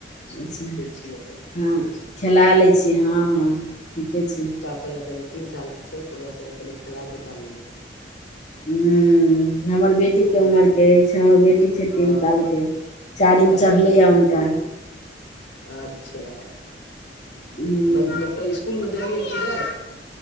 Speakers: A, on the left; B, on the left.
A: अच्छा
B: छी अपन
A: हँ खेला लै छियै हँ हँ ठीक के छै
B: से कनि तीन साल के छै तऽ ओकरा सङे कनि खेला धुपा लेलौं
A: हँ हमर बेटीके उमरके
B: नीक
A: अछि हमर बेटी छै
B: हँ
A: तीन सालके चारिम
B: अच्छा
A: चढ़लैय हुनका
B: अच्छा
A: हूँ
B: मतलब इस्कुल मे देलियै कि नहि